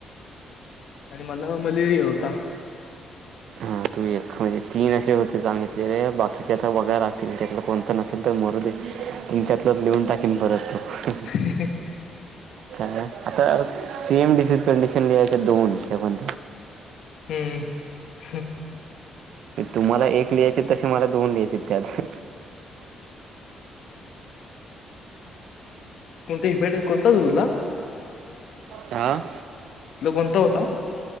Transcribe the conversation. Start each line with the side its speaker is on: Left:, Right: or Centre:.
Left: आणि मला मलेरिया होता.
Right: हां तुम् एक म्हणजे तीन असे होते. सांगितले रे बाकीचे आता बघायला लागतील, त्यातलं कोणतं नसेल तर मरू दे, तुमच्यातल च लिहून टाकीन परत तो.
Left: <unintelligible>
Right: काय आता सेम डिसीज कंडिशन लिहायच्या दोन त्या पण
Left: हम्म.
Right: तुम्हाला एक लिहायचे तसे मला दोन लिहायचे त्यात.
Left: कोणते हपेटित कोणता होता तुला?
Right: आ?
Left: तो कोणता होता?